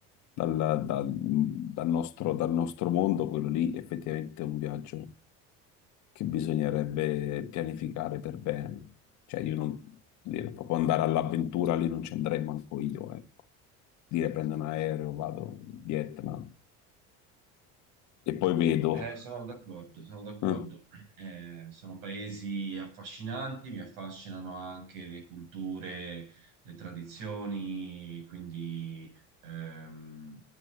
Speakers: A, on the left (about 55°); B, on the right (about 70°).
A: dal, dal- dal nostro, dal nostro mondo, quello lì effettivamente è un viaggio che bisognerebbe pianificare per bene. Cioè, io non, dire, proprio andare all'avventura lì non ci andrei manco io, ecco. Dire prendo un aereo, vado in Vietnam e poi vedo.
B: Eh, sono d'accordo, sono d'accordo.
A: Eh,
B: Eh, sono paesi affascinanti, mi affascinano anche le culture, le tradizioni, quindi ehm,